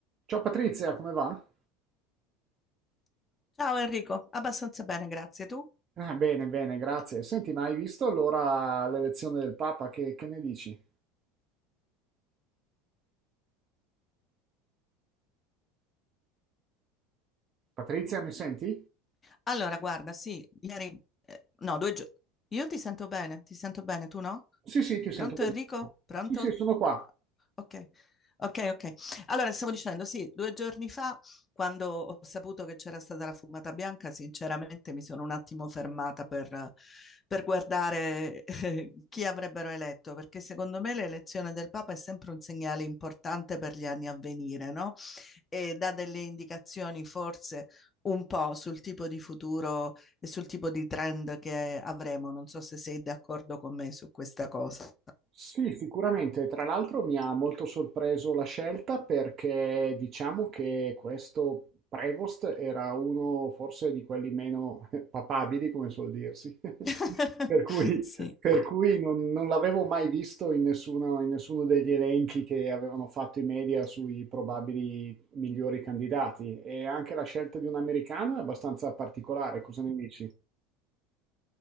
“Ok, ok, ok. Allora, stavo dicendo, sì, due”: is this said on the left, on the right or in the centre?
Left